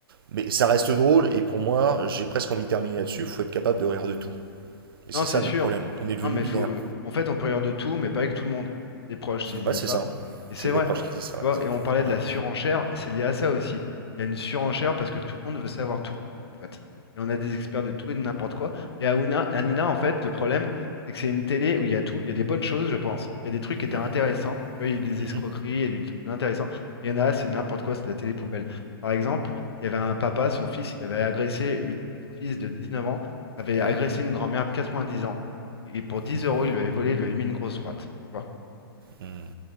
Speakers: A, on the right (about 65°); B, on the left (about 80°).
A: mais ça reste drôle et pour moi j'ai presque envie de terminer là-dessus, Il faut être capable de rire de tout. Et c'est
B: Non, c'est
A: ça notre
B: sûr.
A: problème, on est devenu
B: Non, mais
A: binaire.
B: faut. En fait, on peut rire de tout, mais pas avec tout le monde. C'est des proches qui disaient
A: Ouais c'est
B: ça.
A: ça,
B: Et
A: c'est
B: c'est vrai.
A: des proches qui disent ça,
B: Tu
A: ouais,
B: vois,
A: exact.
B: et on parlait de
A: Ouais.
B: la surenchère, c'est lié à ça aussi. Il y a une surenchère parce que tout le monde veut savoir tout, en fait. Et on a des experts de tout et de n'importe quoi. Et Hanouna, Hanouna, en fait, le problème, c'est que c'est une télé où il y a tout. Il y a des bonnes choses, je pense. Il y a des trucs qui étaient
A: Mhm.
B: intéressants.
A: Mhm.
B: Tu vois, il y a eu des
A: Mhm,
B: escroqueries, il y a eu des trucs intéressants. Il y en a, c'est n'importe quoi, c'est de la télé poubelle. Par exemple, il y avait un papa, son fils, il avait agressé une... son fils de dix neuf ans. avait
A: mhm,
B: agressé une grand-mère de 90 ans. Et pour 10
A: mhm,
B: euros, il lui avait volé, il lui avait mis une grosse droite. Tu vois.
A: mhm.